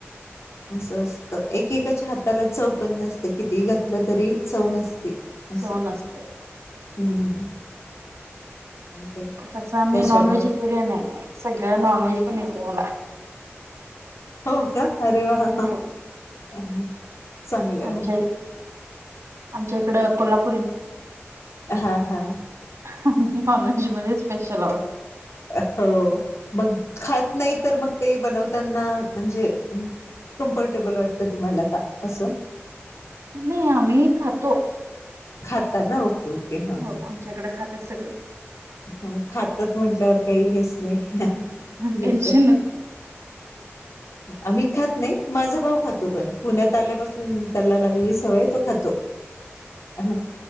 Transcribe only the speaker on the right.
चौव नसते.
तस मी
नॉन वहेजिटेरियन आहे सगळं... नॉन व्हेज पण येते मला.
हो
आमच्या
आमच्या इकड कोल्हापूर...
आम्ही नॉनव्हेज मध्ये स्पेशल आहोत.
नाही आम्ही खातो.
हो
आमच्या इकडे खातात सगळी..
ह टेनशन
नच.
ह